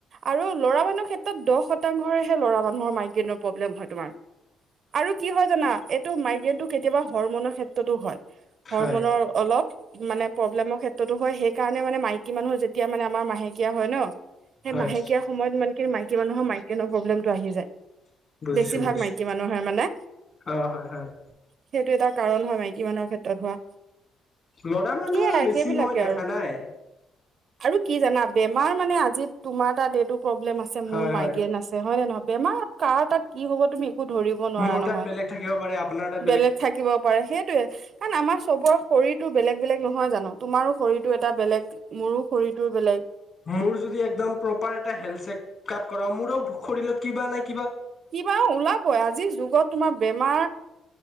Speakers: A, on the right; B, on the left.
A: আৰু ল'ৰা মানুহৰ ক্ষেত্ৰত দহ শতাংশৰহে ল'ৰা মানুহৰ মাই <unintelligible> প্ৰব্লেম হয় তোমাৰ আৰু কি হয় জানা, এইটো মাইগ্ৰেইন টো কেতিয়াবা হৰমনৰ ক্ষেত্ৰতো হয় হৰমনৰ
B: হয়
A: অলপ মানে প্ৰব্লেমৰ ক্ষেত্ৰতো হয়, সেই কাৰণে মানে মাইকী মানুহৰ যেতিয়া মানে আমাৰ মাহেকীয়া হয় ন। সেই
B: হয়
A: মাহেকীয়া সময়ত মানে মাইকী মানুহৰ মাইগ্ৰেইন প্ৰব্লেমটো আহি যায়।
B: বুজিছো
A: বেছিভাগ
B: বুজিছো
A: মাইকী মানুহে মানে
B: অ হয় হয়
A: সেইটো এটা কাৰণ হয় মাইকী মানুহৰ ক্ষেত্ৰত হোৱা।
B: ল'ৰা মানুহৰ
A: সেয়াই
B: বেছি
A: সেইবিলাকে
B: মই দেখা
A: আৰু
B: নাই।
A: আৰু কি জানা বেমাৰ মানে আজি তোমাৰ তাত এইটো প্ৰব্লেম আছে
B: হয়
A: মোৰ মাইগ্ৰেন
B: হয়
A: আছে হয় নে নহয়। বেমাৰ কাৰ তাত কি হ'ব তুমি <unintelligible> ধৰিব নোৱাৰা
B: মোৰ
A: নহয়
B: তাত বেলেগ থাকিব পাৰে আপোনাৰ তাত
A: বেলেগ থাকিব পাৰে সেইটোৱে কাৰণ আমাৰ চবৰ শৰীৰটোৰ বেলেগ বেলেগ নহয় জানো তোমাৰো শৰীৰটো এটা বেলেগ মোৰো শৰীৰটোৰ বেলেগ।
B: মোৰ যদি একদম প্ৰপাৰ হেলথ চেক আপ কৰাও মোৰো শৰীৰত কিবা নহয়
A: কিবা ওলাবই আজিৰ যুগত তোমাৰ বেমাৰ